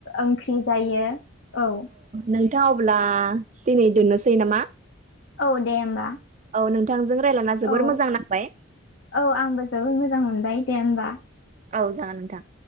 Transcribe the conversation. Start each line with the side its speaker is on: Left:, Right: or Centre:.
Left: ओंख्रि जायो औ
Right: नोंथाङा अब्ला दिनै दोननोसै नामा
Left: औ दे होमबा
Right: औ नोंथांजों रायज्लायना जोबोर
Left: औ
Right: मोजां नांबाय
Left: औ आंबो जोबोद मोजां मोनबाय दे होमबा
Right: औ जागोन नोंथां